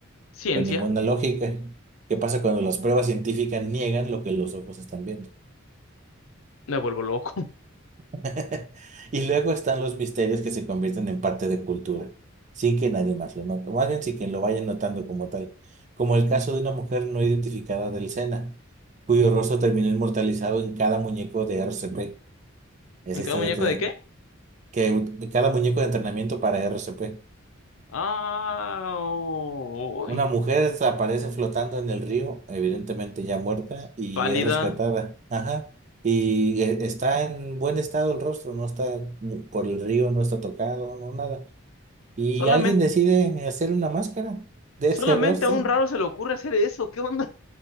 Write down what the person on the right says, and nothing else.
con ninguna lógica? ¿Qué pasa cuando las pruebas científicas niegan lo que los ojos están viendo?
<laughs> Y luego están los misterios que se convierten en parte de cultura, sin que nadie más lo note, o más bien sin que lo vayan notando como tal, como el caso de una mujer no identificada del Sena, cuyo rostro terminó inmortalizado en cada muñeco de RCP. Esa
historia
te-
que u- cada muñeco de entrenamiento para RCP.
Una mujer aparece flotando en el río, evidentemente ya muerta, y
es rescatada. Ajá. Y eh, está en buen estado el rostro, no está mm, por el río, no está tocado, no nada. Y
alguien decide hacer una máscara de
ese rostro.